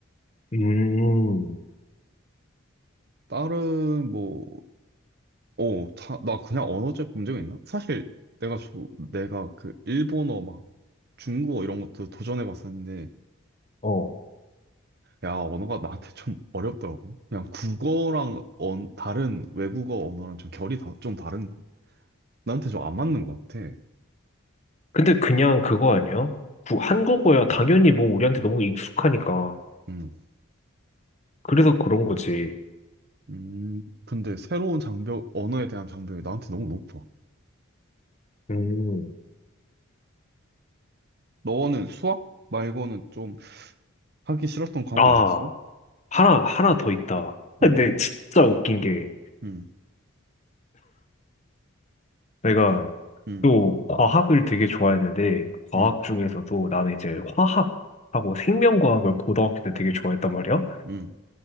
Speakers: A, on the left; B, on the right.
A: 음,
B: 다른 뭐, 어, 다, 나 그냥 언어적 문제가 있나? 사실 내가 저, 내가 그 일본어 막 중국어 이런 것도 도전해 봤었는데
A: 어.
B: 야, 언어가 나한테 좀 어렵더라고. 그냥 국어랑 언, 다른 외국어 언어랑 좀 결이 다, 좀 다른가? 나한테 좀 안 맞는 것 같아.
A: 근데 그냥 그거 아니야? 구- 한국어야 당연히 뭐 우리한테 너무 익숙하니까.
B: 음,
A: 그래서 그런 거지.
B: 음, 근데 새로운 장벽, 언어에 대한 장벽이 나한테 너무 높아.
A: 음,
B: 너는 수학 말고는 좀 하기 싫었던 과목이
A: 아,
B: 있었어?
A: 하나, 하나 더 있다.
B: 뭔데?
A: 근데 진짜 웃긴 게
B: 음,
A: 내가
B: 음,
A: 또 과학을 되게 좋아했는데 과학
B: 음,
A: 중에서도 나는 이제 화학하고 생명과학을 고등학교 때 되게 좋아했단 말이야.
B: 음,